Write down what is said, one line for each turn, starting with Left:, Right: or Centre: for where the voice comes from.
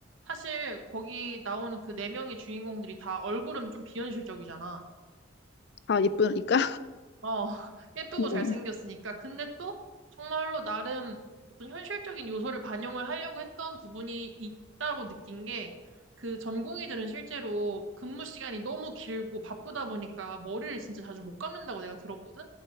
Right: 사실 거기 나오는 그 네 명의 주인공들이 다 얼굴은 좀 비현실적이잖아.
Left: 아, 예쁘니까?
Right: 어, <laughs> 예쁘고
Left: <laughs>
Right: 잘생겼으니까.
Left: 응,
Right: 근데 또 정말로 나름 어떤 현실적인 요소를 반영을 하려고 했던 부분이 있다고 느낀 게 그 전공의들은 실제로 근무 시간이 너무 길고 바쁘다 보니까 머리를 진짜 자주 못 감는다고 내가 들었거든?